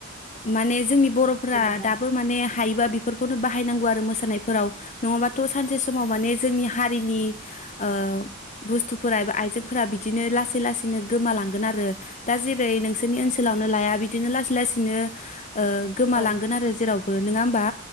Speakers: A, on the left; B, on the right.
A: माने जोंनि बर'फोरा
B: सैथो खोथा
A: दाबो माने हायोबा बेफोरखौनो बाहायनांगौ आरो मोसानायफोराव नङाबाथ' सानसे समाव माने जोंनि हारिनि ओ बुस्थुफोरा
B: औ
A: एबा आइजो फोरा बिदिनो लासै लासै बिदिनो गोमालांगोन आरो दा जे रै नोंसोरनि
B: औ
A: ओनसोलावनो लाया बि, बिदिनो लासै लासैनो ओ गोमालांगोन
B: औ
A: आरो जेराव, बो नङा होमबा